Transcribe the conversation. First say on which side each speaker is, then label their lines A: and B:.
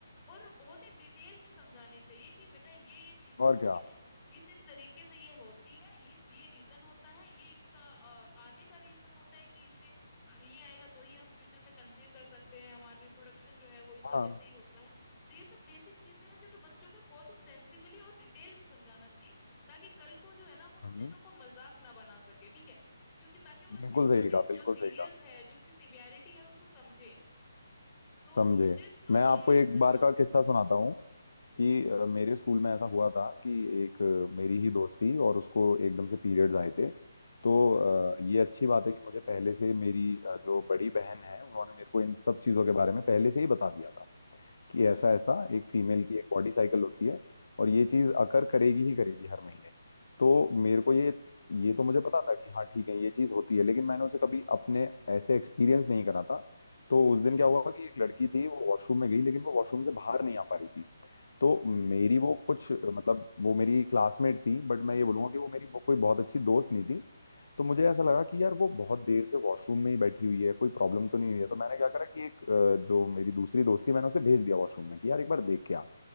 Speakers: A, on the left; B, on the left.
A: और बहुत ही डिटेल में समझानी चाहिए कि बेटा ये ये चीजें
B: और
A: होती
B: क्या
A: हैं इस इस तरीके से ये होती है इस ये रीजन होता है ये इसका अ, आने का रीजन होता है कि इससे अ, ये आएगा तो ही हम फ्यूचर में कंसीव कर सकते हैं हमारा रिप्रोडक्शन जो है वो इस वजह
B: हाँ
A: से ही होता है तो ये सब बेसिक चीजें हैं जो कि बच्चों को बहुत ही सेंसिबली और डिटेल में समझाना चाहिए ताकि कल को जो है ना वो इन
B: हम्म
A: चीजों को मजाक ना बना सके ठीक है क्योंकि ताकि वो इस
B: बिल्कुल
A: चीज
B: सही
A: की सी-
B: कहा बिल्कुल
A: जो सीरियस
B: सही कहा
A: है जो इसकी सिवियरिटी है उसको समझे तो
B: समझे
A: मुझे तो
B: मैं आपको
A: यही लगता
B: एक
A: है
B: बार
A: हाँ
B: का किस्सा सुनाता हूँ कि
A: हम्म
B: अ, मेरे स्कूल में ऐसा हुआ था कि एक अ, मेरी ही दोस्त थी और उसको एकदम से पीरियड्स आए थे तो
A: हम्म
B: अ, ये अच्छी बात है कि मुझे पहले से मेरी अ, जो बड़ी बहन है उन्होंने मेरे को इन सब चीज़ों के बारे में पहले से ही बता दिया था कि ऐसा
A: हम्म हम्म
B: ऐसा एक फीमेल की एक बॉडी साइकिल होती है और ये चीज़ अकर करेगी ही करेगी हर महीने तो
A: हम्म
B: मेरे को ये ये तो मुझे पता था कि हाँ ठीक है ये चीज़ होती है लेकिन मैंने उसे कभी अपने ऐसे एक्सपीरियंस नहीं करा था तो उस दिन
A: हम्म
B: क्या
A: हम्म
B: हुआ कि एक लड़की थी वो वॉशरूम में गई लेकिन वो वॉशरूम से बाहर नहीं आ पा रही थी तो मेरी
A: हम्म हम्म
B: वो कुछ मतलब वो मेरी क्लासमेट थी बट मैं ये बोलूंगा कि वो मेरी वो कोई बहुत अच्छी दोस्त नहीं थी तो मुझे ऐसा
A: हम्म
B: लगा
A: हम्म
B: कि यार वो बहुत देर से वॉशरूम में ही बैठी हुई है कोई प्रॉब्लम तो नहीं हुई है तो मैंने क्या करा कि एक अ, जो मेरी दूसरी दोस्त थी मैंने उसे भेज दिया वॉशरूम में कि यार एक बार देख के आ